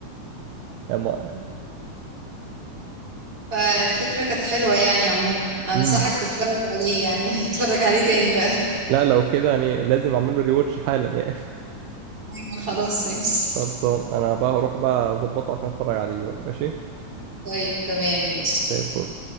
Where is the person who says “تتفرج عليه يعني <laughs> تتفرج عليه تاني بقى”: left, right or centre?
Right